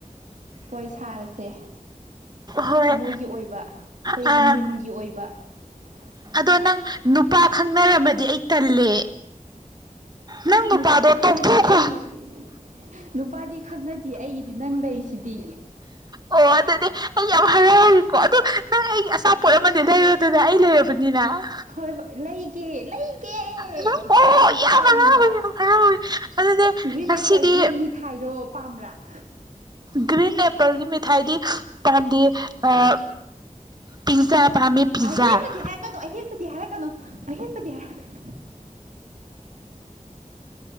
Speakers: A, on the right; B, on the right.
A: ꯍꯣꯏ ꯁꯥꯔꯁꯦ
B: ꯍꯣꯏ
A: ꯊꯃꯣꯏꯒꯤ ꯑꯣꯏꯕ ꯑꯩꯈꯣꯏꯒꯤ
B: ꯑꯥ
A: ꯅꯨꯡꯒꯤ ꯑꫭꯏꯕ ꯕꯥ꯫
B: ꯑꯗꯣ ꯅꯪ ꯅꯨꯄꯥ ꯈꯪꯅꯔꯝꯃꯗꯤ ꯑꯩꯗꯤ ꯇꯜꯂꯦ꯫ ꯅꯪ ꯅꯨꯄꯥꯗꯣ
A: ꯅꯨꯄꯥꯗꯤ ꯈꯪꯅꯗꯦ
B: ꯇꯣꯛꯊꯣꯛꯈꯣ
A: ꯑꯩꯗꯤ ꯅꯨꯄꯥꯗꯤ ꯈꯪꯅꯗꯤꯌ ꯑꯩꯒꯤꯗꯤ ꯅꯪ ꯂꯩꯁꯤꯗꯤ꯫
B: ꯑꯣ ꯑꯗꯨꯗꯤ ꯑꯩ ꯌꯥꯝ ꯍꯔꯥꯎꯔꯦꯀꯣ ꯑꯗꯨꯗꯣ ꯅꯪ ꯑꯩꯒꯤ ꯑꯆꯥꯄꯣꯠ ꯑꯃꯗꯤ ꯂꯩꯔꯣꯗꯅ ꯑꯩ ꯂꯩꯔꯕꯅꯤꯅ ꯀꫭ꯫
A: ꯍꯣꯏ ꯍꯣꯏ ꯂꯩꯒꯦ ꯂꯩꯒꯦ
B: ꯑꯣ
A: ꯀꯔꯤ ꯑꯆꯥꯄꫭꯠ
B: ꯌꯥꯝ
A: ꯄꯥꯝꯃꯤꯅꯣ
B: ꯍꯔꯥꯎꯋꯦ ꯌꯥꯝ ꯍꯔꯥꯎꯋꯦ ꯑꯗꯨꯗꯤ
A: ꯒ꯭ꯔꯤꯟ
B: ꯉꯁꯤꯗꯤ
A: ꯑꯦꯄꯜꯒꯤ ꯃꯤꯊꯥꯏꯗꯣ ꯄꯥꯝꯕ꯭ꯔꯥ ꯅꯪ꯫
B: ꯒ꯭ꯔꯤꯟ ꯑꯦꯄꯜꯒꯤ ꯃꯤꯊꯥꯏꯗꯤ ꯄꯥꯝꯗꯦ ꯑꯥ ꯄꯤꯖꯥ ꯄꯝꯃꯤ ꯄꯤꯖꯥ
A: ꯑꯍꯦꯟꯕꯗꯤ
B: ꯗꫭ ꯫
A: ꯍꯥꯏꯔꯛꯀꯅꯨ ꯑꯍꯦꯟꯕꯗꯤ ꯍꯥꯏꯔꯛꯀꯅꯨ ꯑꯍꯦꯟꯕꯗꯤ ꯍꯥꯏꯔꯛꯀꯅꯨ